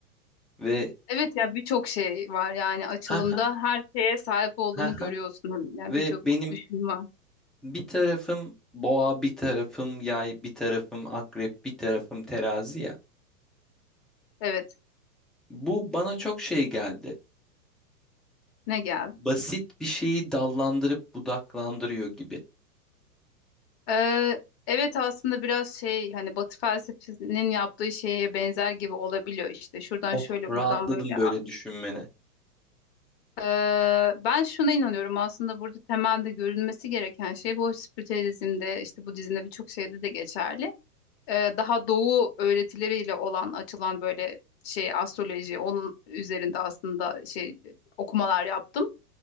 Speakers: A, in the centre; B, on the left.
A: Ve
B: Evet ya birçok şey var yani açılımda
A: ha ha
B: her şeye sahip olduğunu
A: ha
B: görüyorsun.
A: ha.
B: Yani
A: ve
B: birçok
A: benim
B: düşün var.
A: bir tarafım boğa, bir tarafım yay, bir tarafım akrep, bir tarafım terazi ya.
B: Evet.
A: Bu bana çok şey geldi.
B: Ne geldi?
A: Basit bir şeyi dallandırıp budaklandırıyor gibi.
B: Ee, evet aslında biraz şey hani Batı felsefesinin yaptığı şeye benzer gibi olabiliyor işte. Şuradan
A: Oh,
B: şöyle
A: rahatladım
B: buradan böyle.
A: böyle
B: A-
A: düşünmene.
B: Ee, ben şuna inanıyorum aslında burada temelde görülmesi gereken şey bu spritüelizmde işte Budizm'de birçok şeyde de geçerli. e, daha doğu öğretileriyle olan açılan böyle şey astroloji onun üzerinde aslında şey okumalar yaptım.